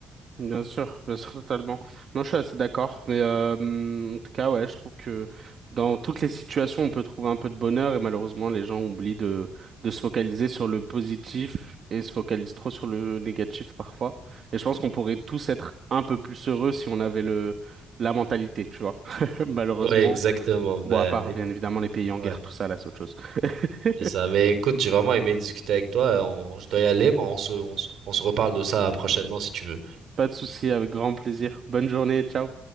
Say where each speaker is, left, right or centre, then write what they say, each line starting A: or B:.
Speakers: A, on the right; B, on the right.
A: Bien sûr, bien sûr, totalement. Non, je suis assez d'accord. Mais euh, hum, en tout cas, ouais, je trouve que dans toutes les situations, on peut trouver un peu de bonheur et malheureusement, les gens oublient de de se focaliser sur le positif et se focalisent trop sur le négatif parfois. Et je pense qu'on pourrait tous être un peu plus heureux si on avait le la mentalité, tu vois. <laughs> Malheureusement,
B: Ouais, exactement. Ben,
A: bon, à part bien évidemment les pays en
B: ouais,
A: guerre, tout ça, là, c'est autre chose. <laughs>
B: c'est ça. Mais écoute, j'ai vraiment aimé discuter avec toi. On- je dois y aller, mais on se, on se on se reparle de ça prochainement si tu veux.
A: Pas de souci, avec grand plaisir. Bonne journée, ciao.